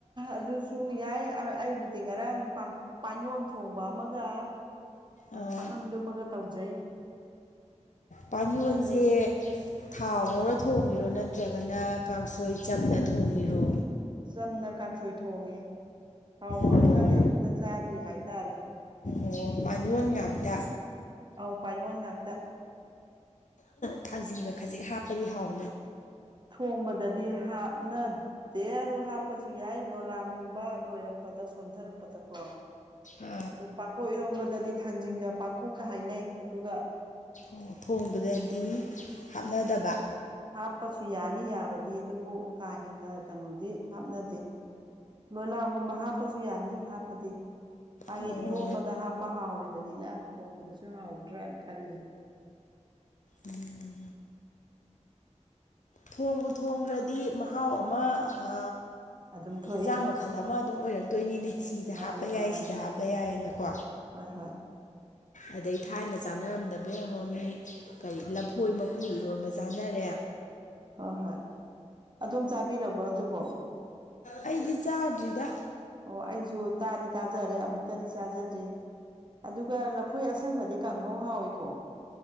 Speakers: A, on the right; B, on the left.
A: ꯑꯗꯨꯁꯨ ꯌꯥꯏ ꯑꯩꯕꯨꯗꯤ ꯉꯔꯥꯡ ꯄꯥꯡ ꯄꯥꯟꯌꯣꯟ ꯊꯣꯡꯕ ꯑꯃꯒ
B: ꯑꯥ
A: ꯄꯥꯛꯅꯝꯗꯨꯃꯒ ꯇꯧꯖꯩ
B: ꯄꯥꯟꯌꯣꯟꯖꯦ
A: ꯑꯗꯣ
B: ꯊꯥꯎ ꯉꯧꯔ ꯊꯣꯡꯉꯤꯔꯣ ꯅꯠꯇ꯭ꯔꯒꯅ ꯀꯥꯡꯁꯣꯏ ꯆꯝꯅ ꯊꯣꯡꯉꯤꯔꯣ
A: ꯆꯝꯅ ꯀꯥꯡꯁꯣꯏ ꯊꯣꯡꯉꯦ ꯊꯥꯎ ꯉꯧꯔꯒꯗꯤ
B: ꯑꯣ
A: ꯑꯃꯨꯛꯇ ꯆꯥꯗ꯭ꯔꯤ ꯍꯥꯏꯇꯥꯔꯦ
B: ꯑꯣ ꯄꯥꯟꯌꯣꯟ ꯉꯥꯛꯇ
A: ꯑꯧ ꯄꯥꯌꯣꯟ ꯉꯥꯛꯇ
B: ꯊꯥꯡꯖꯤꯡꯒ ꯈꯖꯤꯛ ꯍꯥꯞꯄꯗꯤ ꯍꯥꯎ
A: ꯊꯣꯡꯕꯗꯗꯤ ꯍꯥꯞꯅꯗꯦ ꯑꯗꯨ ꯍꯥꯞ ꯄꯖꯨ ꯌꯥꯏ ꯂꯣꯂꯥꯡꯒꯨꯝꯕ ꯂꯣꯏꯔꯛꯄꯗ ꯁꯣꯟꯊꯔꯛꯄꯗꯀꯣ
B: ꯑ
A: ꯑꯗꯣ ꯄꯥꯡꯈꯣꯛ ꯏꯔꯣꯝꯕꯗꯗꯤ ꯊꯥꯡꯖꯤꯡꯒ ꯄꯥꯡꯈꯣꯛꯀ ꯍꯥꯏꯅꯩ ꯑꯗꯨꯒ
B: ꯑꯣ ꯊꯣꯡꯕꯗꯗꯤ ꯍꯥꯞꯅꯗꯕ
A: ꯑ ꯍꯥꯞꯄꯁꯨ ꯌꯥꯅꯤ ꯌꯥꯕꯗꯤ ꯑꯗꯨꯕꯨ ꯀꯥ ꯍꯦꯟꯅ ꯀꯅꯣꯗꯤ ꯍꯥꯞꯅꯗꯦ ꯂꯣꯂꯥꯡꯒꯨꯝꯕ ꯍꯥꯞꯄꯁꯨ ꯌꯥꯅꯤ ꯍꯥꯞꯄꯗꯤ ꯃꯥꯒꯤ
B: ꯑꯣ
A: ꯏꯔꯣꯝꯕꯗ ꯍꯥꯞ ꯄ ꯍꯥꯎꯔꯤꯕꯅꯤꯅ ꯊꯣꯡꯕꯗꯁꯨ ꯍꯥꯎꯗ꯭ꯔ ꯈꯜꯂꯤ
B: ꯎꯝ ꯊꯣꯡꯕꯨ ꯊꯣꯡꯒ꯭ꯔꯗꯤ ꯃꯍꯥꯎ ꯑꯃ ꯑ
A: ꯑꯗꯨꯝ ꯊꯣꯛꯏ
B: ꯍꯦꯟꯖꯥꯡ ꯃꯈꯜ ꯑꯃ ꯑꯗꯨꯝ ꯑꯣꯏꯔꯛꯇꯣꯏꯅꯤꯅꯦ ꯁꯤꯗ
A: ꯃꯥꯅꯤ
B: ꯍꯥꯞꯄ
A: ꯃꯥꯅꯤ
B: ꯌꯥꯏ ꯁꯤꯗ ꯍꯥꯞꯄ ꯌꯥꯏꯅꯀꯣ
A: ꯍꯣꯏ ꯍꯣꯏ
B: ꯑꯗꯩ ꯊꯥꯏꯅ ꯆꯥꯅꯔꯝꯗꯕ ꯌꯦꯡꯉꯣꯝꯃꯤ ꯀꯩ ꯂꯐꯣꯏ ꯃꯀꯨ ꯏꯔꯣꯟꯕ ꯆꯥꯅꯔꯦ
A: ꯍꯣ ꯍꯣꯏ ꯑꯗꯣꯝ ꯆꯥꯕꯤꯔꯕ꯭ꯔꯣ ꯑꯗꯨꯕꯣ
B: ꯑꯩꯗꯤ ꯆꯥꯗ꯭ꯔꯤꯗ
A: ꯑꯣ ꯑꯩꯁꯨ ꯇꯥꯗꯤ ꯇꯥꯖꯔꯦ ꯑꯃꯨꯛꯇꯗꯤ ꯆꯥꯖꯗ꯭ꯔꯤ ꯑꯗꯨꯒ ꯂꯐꯣꯏ ꯑꯁꯪꯕꯗꯤ ꯀꯥꯡꯍꯧ ꯍꯥꯎꯋꯤꯀꯣ